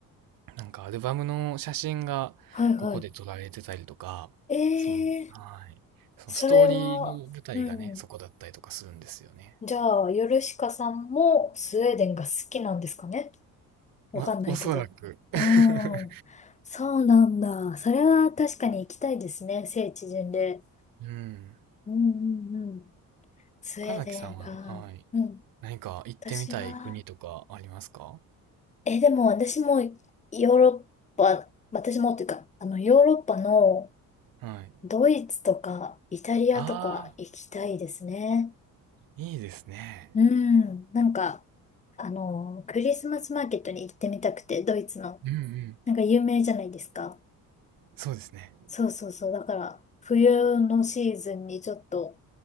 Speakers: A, on the right (about 65°); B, on the left (about 20°).
A: なんかアルバムの写真がここで撮られてたりとか、
B: はいはい。えー
A: その、はい。そのストーリーの舞台がね、
B: それは、うん。
A: そこだったりとかするんですよね。
B: じゃあ、ヨルシカさんもスウェーデンが好きなんですかねわかんないけど。
A: ま、おそらく。<laughs>
B: うん。そうなんだ。それは確かに行きたいですね。聖地巡礼。
A: うん。
B: うんうんうん。スウェーデンか。
A: 岡崎さんは、はい。
B: うん。
A: 何か行ってみたい国とかありますか
B: 私は、え、でも私もヨーロッパ、私もっていうか、あの、ヨーロッパの
A: はい。
B: ドイツとかイタリアとか行きたいですね。
A: ああ、いいですね。
B: うん。なんか、あの、クリスマスマーケットに行ってみたくて、ドイツの。
A: うんうん。
B: なんか有名じゃないですか。
A: そうですね。
B: そうそうそう。だから、冬のシーズンにちょっと、